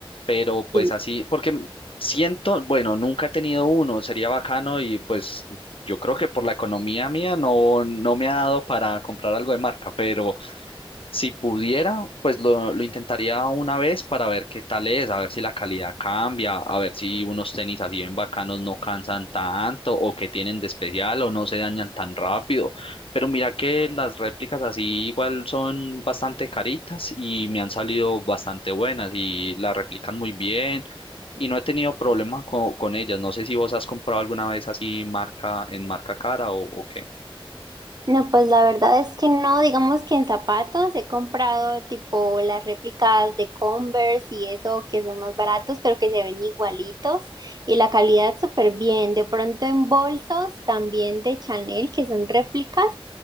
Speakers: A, on the left (about 70°); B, on the right (about 45°).
A: pero pues
B: Ujú.
A: así, porque siento, bueno, nunca he tenido uno, sería bacano y pues yo creo que por la economía mía no, no me ha dado para comprar algo de marca, pero si pudiera, pues lo, lo intentaría una vez para ver qué tal es, a ver si la calidad cambia, a ver si unos tenis así bien bacanos no cansan tanto o que tienen de especial o no se dañan tan rápido. Pero mira que las réplicas así igual son bastante caritas y me han salido bastante buenas y las replican muy bien y no he tenido problema co- con, ellas. No sé si vos has comprado alguna vez así marca en marca cara o, o qué.
B: No, pues la verdad es que no, digamos que en zapatos he comprado tipo las réplicas de Converse y eso que son más baratos, pero que se ven igualitos y la calidad súper bien. De pronto en bolsos también de Chanel, que son réplicas,